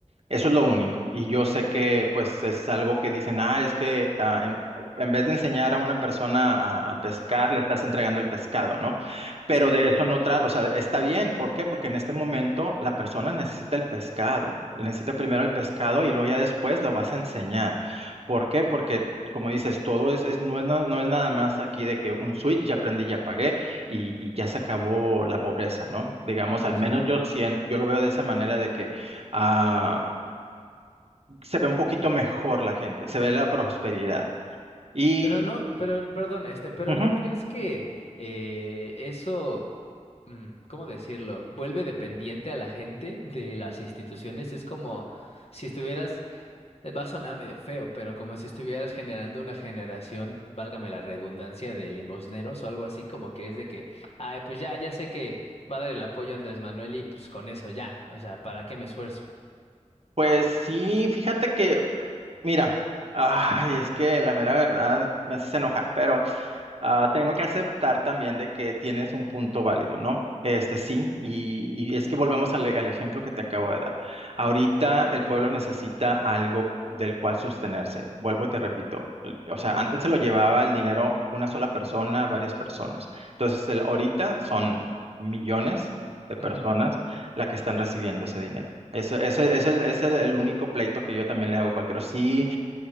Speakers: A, on the right (about 55°); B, on the left (about 55°).
A: Eso es lo único. Y yo sé que pues es algo que dicen, ah, es que ah, en, en vez de enseñar a una persona a, a pescar, le estás entregando el pescado, ¿no? Pero
B: Sí.
A: de eso no trata, o sea, está bien. ¿Por qué? Porque en este momento la persona necesita el pescado. Necesita primero el pescado y luego ya después lo vas a enseñar. ¿Por qué? Porque, como dices, todo es, es- no es, na- no es nada más aquí de que un switch, ya aprendí, ya pagué y, y ya se acabó la pobreza, ¿no? Digamos,
B: Ajá,
A: al menos
B: sí, no.
A: yo siento, yo lo veo de esa manera de que... ah, se ve un poquito mejor la gente, se ve la prosperidad. Y
B: Pero no, pero, perdón, este, pero
A: ujú,
B: ¿no crees que eh, eso, mm, ¿cómo decirlo? Vuelve dependiente a la gente de las instituciones. Es como si estuvieras, eh, va a sonar medio feo, pero como si estuvieras generando una generación, válgame la redundancia, de limosneros o algo así, como que es de que, ay, pues ya, ya sé que va a dar el apoyo a Andrés Manuel y pues con eso ya, o sea, ¿para qué me esfuerzo?
A: pues sí, fíjate que, mira, ay, es que la mera verdad me haces enojar, pero Ah, tengo que aceptar también de que tienes un punto válido, ¿no? Este sí, y, y es que volvemos al, e- al ejemplo que te acabo de dar. Ahorita el pueblo necesita algo del cual sostenerse Vuelvo y te repito, l- o sea,
B: Ujú,
A: antes se lo llevaba el dinero una sola persona, varias personas. Entonces, el- ahorita son millones de personas
B: ujú,
A: las que están recibiendo ese dinero. Ese, ese- ese es el es el- el único pleito que yo también le hago a cualquiera. Sí,